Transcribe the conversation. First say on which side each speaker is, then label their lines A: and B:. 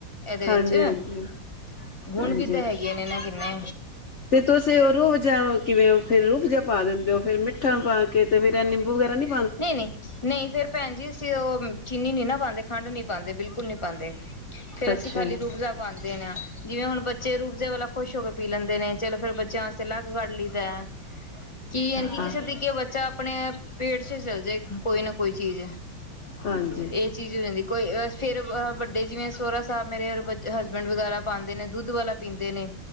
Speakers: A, on the left; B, on the left.
A: ਇਹਦੇ
B: ਹਾਂਜੀ
A: ਵਿੱਚ
B: ਹਾਂਜੀ
A: ਗੁਣ
B: ਹਾਂਜੀ
A: ਵੀ ਤਾਂ ਹੈਗੇ ਨੇ ਨਾ ਕਿੰਨੇ
B: ਤੁਸੀਂ ਤੇ ਉਹ ਰੋਹਬ ਜਾ ਕਿਵੇਂ ਫਿਰ ਰੋਹਬ ਜਾ ਪਾ ਦਿੰਦੇ ਹੋ ਫਿਰ ਮਿੱਠਾ ਪਾ ਕੇ ਤੇ ਫਿਰ ਇਹ ਨਿੰਬੂ ਵਗੈਰਾ ਨੀ
A: ਨਹੀਂ ਨਹੀਂ ਨਹੀਂ ਫਿਰ ਭੈਣ ਜੀ ਅਸੀਂ ਉਹ ਚੀਨੀ ਨੀ ਨਾ ਪਾਉਂਦੇ ਖੰਡ ਨੀ ਪਾਉਂਦੇ ਬਿਲਕੁਲ ਨਹੀਂ ਪਾਉਂਦੇ ਫਿਰ
B: ਅੱਛਾ
A: ਅਸੀਂ ਖਾਲੀ
B: ਜੀ
A: ਰੂ ਅਫਜਾ ਦਾ ਪਾਉਂਦੇ ਹਾਂ ਜਿਵੇਂ ਹੁਣ ਬੇ ਰੂਬਜ਼ੇ ਵਾਲਾ ਖੁਸ਼ ਹੋ ਕੇ ਪੀ ਲੈਂਦੇ ਨੇ ਚਲੋ ਫੇ ਬਿਆਂ ਵਾਸਤੇ ਅਲੱ ਕੱਢ ਲਈ ਦਾ ਕੀ ਯਾਨੀ ਕਿ
B: ਹਾਂ
A: ਕਿਸੇ ਦੀ ਕਿ ਬੱਚਾ ਆਪਣੇ ਪੇੜ <unintelligible> ਕੋਈ ਨਾ ਕੋਈ ਚੀਜ਼
B: ਹਾਂਜੀ
A: ਇਹ ਚੀਜ਼ ਹੋ ਜਾਂਦੀ ਕੋਈ ਫਿਰ ਵੱਡੇ ਜਿਵੇਂ ਸੋਹਰਾ ਸਾਹਿਬ ਮੇਰੇ ਹਸਬੈਂਡ ਵਗੈਰਾ ਪਾਉਂਦੇ ਨੇ ਦੁੱਧ ਵਾਲਾ ਪੀਂਦੇ ਨੇ